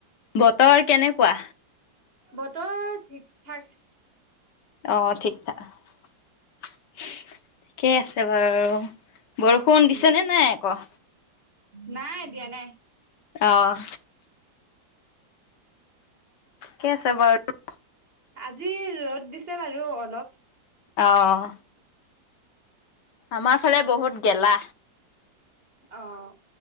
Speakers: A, on the left; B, on the right.
A: বতৰ কেনেকুৱা?
B: বতৰ ঠিকঠাক
A: অ ঠিকঠাক ঠিকেই আছে বাৰু। বৰষুণ
B: উম
A: দিছে নে নাই আকৌ?
B: নাই দিয়া নাই।
A: অহ। ঠিকে আছে বাৰু।
B: আজি ৰ'দ দিছে বাৰু অলপ।
A: অহ। আমাৰ ফালে বহুত গেলা।
B: অহ।